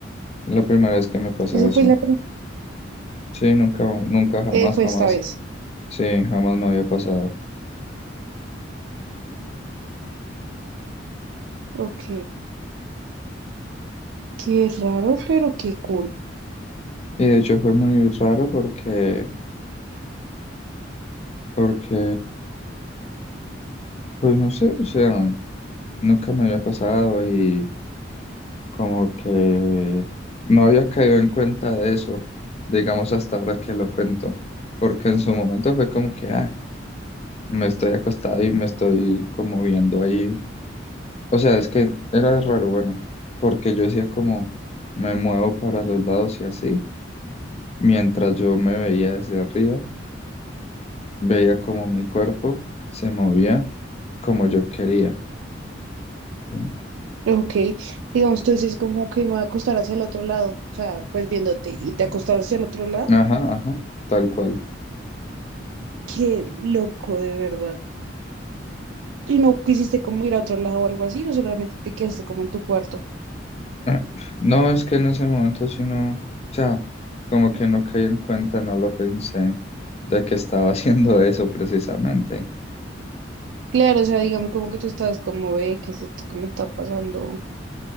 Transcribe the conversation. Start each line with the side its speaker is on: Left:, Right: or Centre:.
Left: La primera vez que me pasa
Right: Eso
Left: eso.
Right: fue la prim-
Left: Sí, nunca, nunca, jamás,
Right: eh, fue
Left: jamás.
Right: esta vez.
Left: Sí, jamás me había pasado.
Right: Ok, qué raro, pero qué cool.
Left: Ujú. Y de hecho fue muy raro porque, porque, pues no sé, o sea, nunca me había pasado y como que no había caído en cuenta de eso, digamos hasta ahora que lo cuento, porque en su momento fue como que, ah, me estoy acostado y me estoy como viendo ahí. O sea, es que era raro, bueno, porque yo decía como me muevo para los lados y así, mientras yo me veía desde arriba, veía como mi cuerpo se movía como yo quería. ¿sí?
Right: Ok, digamos, tú es como que me voy a acostar hacia el otro lado. O sea, pues viéndote y te acostaste hacia el otro lado.
Left: Ajá, ajá, tal cual.
Right: Qué loco, de verdad. Y no quisiste como ir a otro lado o algo así, o solamente te quedaste como en tu cuarto.
Left: <clears throat> Ah, No, es que en ese momento sí no, o sea, como que no caí en cuenta, no lo pensé de que estaba <laughs> haciendo eso precisamente.
Right: Claro, o sea, digamos como que tú estabas como, ve, ¿qué es esto que me está pasando?